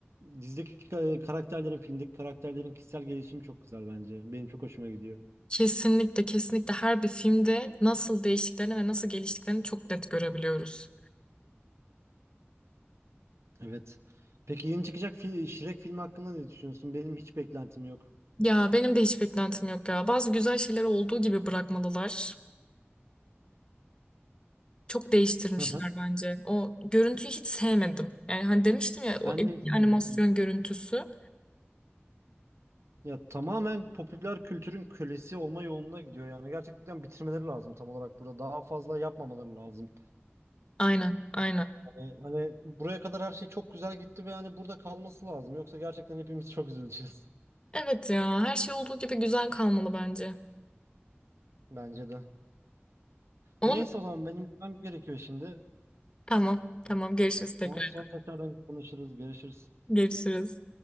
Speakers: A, on the right; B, on the left.
A: dizideki ka- karakterlerin, filmdeki karakterlerin kişisel gelişimi çok güzel bence. Benim çok hoşuma gidiyor.
B: Kesinlikle kesinlikle her bir filmde nasıl değiştiklerini ve nasıl geliştiklerini çok net görebiliyoruz.
A: Evet. Peki yeni çıkacak fil Shrek filmi hakkında ne düşünüyorsun? Benim hiç beklentim yok.
B: Ya benim de hiç beklentim yok ya. Bazı güzel şeyleri olduğu gibi bırakmalılar. Çok değiştirmişler
A: Hı hı.
B: bence. O görüntüyü hiç sevmedim. Yani hani demiştim ya o
A: Ben
B: eski
A: de hiç
B: animasyon
A: sevmedim.
B: görüntüsü.
A: Ya tamamen popüler kültürün kölesi olma yoluna gidiyor yani gerçekten bitirmeleri lazım tam olarak burada daha fazla yapmamaları lazım.
B: Aynen, aynen.
A: Hani, hani buraya kadar her şey çok güzel gitti ve hani burada kalması lazım yoksa gerçekten hepimiz çok üzüleceğiz
B: Evet ya her şey olduğu gibi güzel kalmalı bence.
A: <laughs> bence de.
B: Onun
A: Neyse o zaman benim gitmem gerekiyor şimdi.
B: tamam, tamam görüşürüz tekrar.
A: Tamam sonra tekrardan konuşuruz görüşürüz.
B: Görüşürüz.